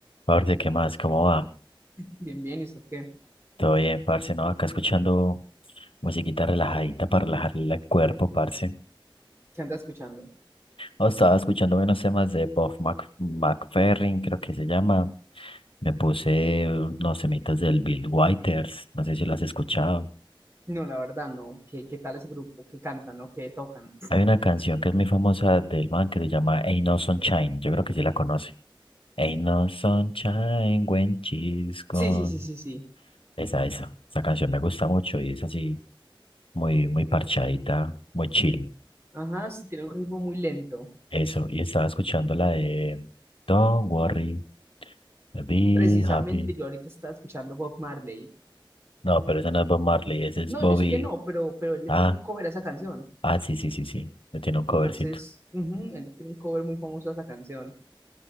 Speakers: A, on the left; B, on the right.
A: Parce, ¿qué más? ¿Cómo va?
B: Bien, bien, ¿y usted qué,
A: Todo bien, parce, ¿no? Acá escuchando musiquita relajadita para relajar el cuerpo, parce.
B: qué anda escuchando?
A: Oh, estaba escuchando unos temas de Bob Mac McFerrin, creo que se llama. Me puse unos semitas del Bill Withers, no sé si lo has escuchado.
B: No, la verdad, no. ¿Qué, qué tal ese grupo? ¿Qué cantan o qué tocan?
A: Hay una canción que es muy famosa del man que se llama Ain't No Sunshine, yo creo que sí la conoce. Ain't No Sunshine When She's Gone.
B: Sí, sí, sí, sí, sí.
A: Esa, esa, esa canción me gusta mucho y es así muy, muy parchadita, muy chill.
B: Ajá, sí, tiene un ritmo muy lento.
A: Eso, y estaba escuchando la de Don't worry, be
B: Precisamente
A: happy.
B: yo ahorita estaba escuchando Bob Marley.
A: No, pero esa no es Bob Marley, ese es
B: No,
A: Bobby.
B: yo sé que no, pero, pero él le
A: Ah,
B: tiene un cover a esa canción.
A: ah, sí, sí, sí, sí. Me tiene un covercito.
B: Entonces, ujú, él le tiene un cover muy famoso a esa canción.